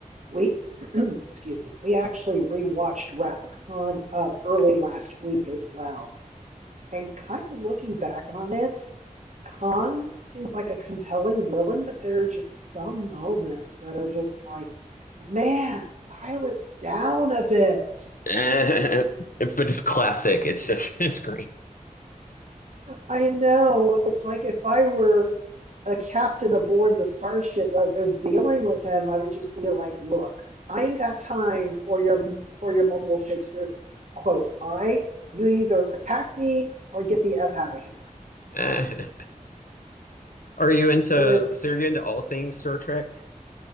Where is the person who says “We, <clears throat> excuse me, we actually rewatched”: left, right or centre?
Right